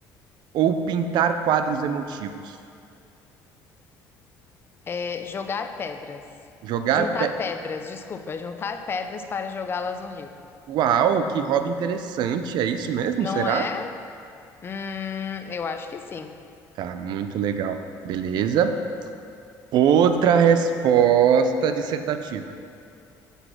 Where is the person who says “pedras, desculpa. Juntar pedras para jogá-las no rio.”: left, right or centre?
Left